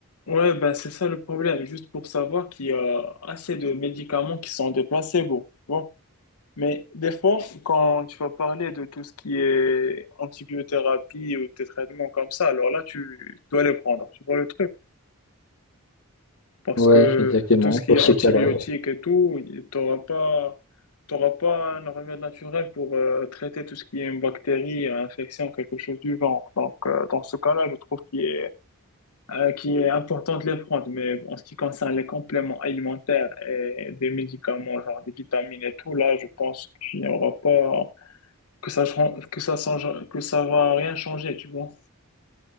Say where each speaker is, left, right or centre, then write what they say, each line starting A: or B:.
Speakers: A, on the left; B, on the left.
A: ouais, ben, c'est ça le problème. Juste pour savoir qu'il y a assez de médicaments qui sont des placebos. Bon. Mais des fois, quand tu vas parler de tout ce qui est antibiothérapie ou des traitements comme ça, alors là, tu dois les prendre. Tu vois le truc? Parce
B: ça Ouais,
A: que
B: exactement,
A: tout ce qui
B: pour
A: est antibiotiques
B: ce cas-là.
A: et tout, tu n'auras pas, t'auras pas un remède naturel pour euh, traiter tout ce qui est une bactérie, une infection, quelque chose du genre. Donc, euh, dans ce cas-là, je trouve qu'il est, euh, qu'il est important de les prendre. Mais bon, en ce qui concerne les compléments alimentaires et des médicaments, genre des vitamines et tout, là, je pense qu'il n'y aura pas, que ça, change- que ça change, que ça va rien changer, tu vois.